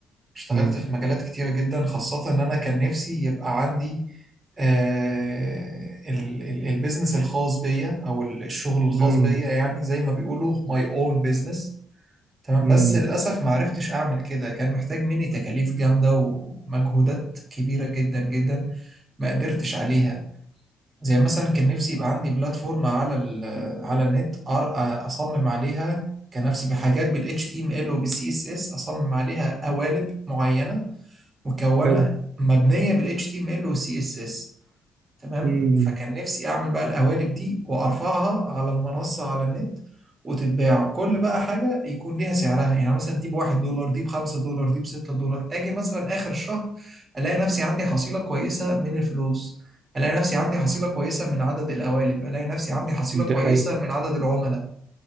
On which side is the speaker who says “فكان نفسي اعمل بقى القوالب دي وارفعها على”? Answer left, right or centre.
Right